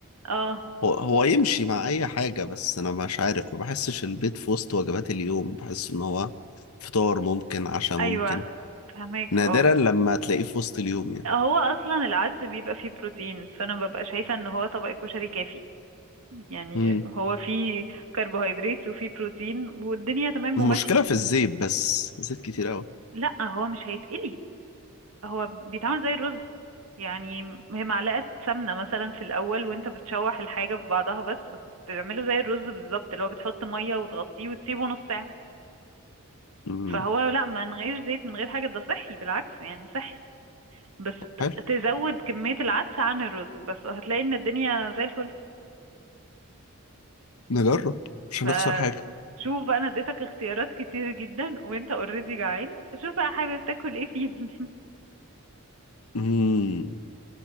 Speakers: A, on the right (about 75°); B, on the left (about 80°).
A: اه
B: هو... هو يمشي مع أي حاجة بس أنا مش عارف ما بحسش البيض في وسط وجبات اليوم بحس إن هو فطار ممكن عشاء
A: أيوه
B: ممكن
A: فهماك
B: نادرا
A: اه
B: لما تلاقيه في وسط اليوم يعني
A: هو أصلا العدس بيبقى فيه بروتين فأنا ببقى شايفة إن هو طبق الكشري كافي يعني
B: مم.
A: هو فيه كربوهيدرات وفيه بروتين والدنيا تمام
B: المشكلة
A: وماشية
B: في الزيت بس زيت كتير أوي
A: لأ هو مش هيتقلي هو بيتعمل زي الرز يعني هي معلقة سمنة مثلا في الأول وانت بتشوح الحاجة في بعضها بس بس بتعمله زي الرز بالظبط اللي هو بتحط مية وتغطيه وتسيبه نص ساعة
B: مم.
A: فهو لا من غير زيت من غير حاجة ده صحي بالعكس يعني صحي بس
B: طب
A: ت-
B: حلو
A: تزود كمية العدس عن الرز بس هتلاقي ان الدنيا زي الفل
B: نجرب مش
A: فشوف
B: هنخسر حاجة
A: بقى انا اديتك اختيارات كتير جدا وانت اوريدي جعان فشوف بقى حابب تاكل ايه فيهم <laughs>
B: مم.